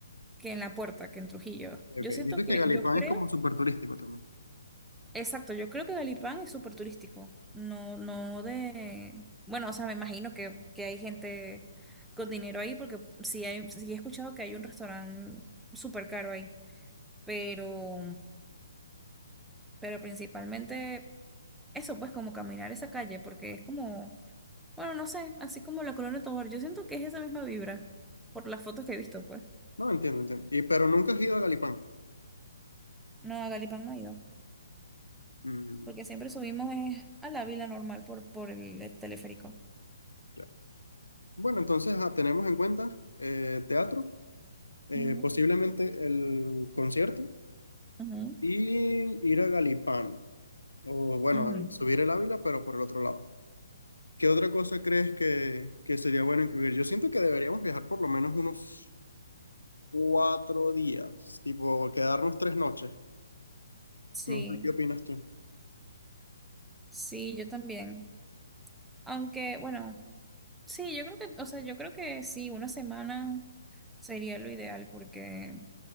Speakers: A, in the centre; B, on the left (about 75°).
A: que en La Puerta, que en Trujillo.
B: ok.
A: Yo siento
B: Dices
A: que,
B: que Galipán
A: yo creo,
B: es como súper turístico también.
A: exacto, yo creo que Galipán es súper turístico. No, no de, bueno, o sea, me imagino que, que hay gente con dinero ahí, porque sí hay, sí he escuchado que hay un restaurante súper caro ahí, pero, pero principalmente eso, pues como caminar esa calle, porque es como Bueno, no sé, así como la Colonia Tovar, yo siento que es esa misma vibra, por las fotos que he visto, pues.
B: No, entiendo, entiendo. Y, pero nunca has ido a Galipán.
A: No, a Galipán no he ido,
B: Mm,
A: porque siempre subimos eh, a la vila normal por, por el, el teleférico.
B: ya. Bueno, entonces ah, tenemos en cuenta eh, teatro, eh,
A: Ujú,
B: posiblemente el concierto
A: ujú,
B: y ir a Galipán. O bueno,
A: ujú.
B: al subir el Ávila, pero por el otro lado. ¿Qué otra cosa crees que, que sería bueno incluir? Yo siento que deberíamos viajar por lo menos unos cuatro días, tipo quedarnos tres noches.
A: Sí,
B: No sé qué opinas tú.
A: sí, yo también. Aunque, bueno, sí, yo creo que, o sea, yo creo que sí, una semana sería lo ideal, porque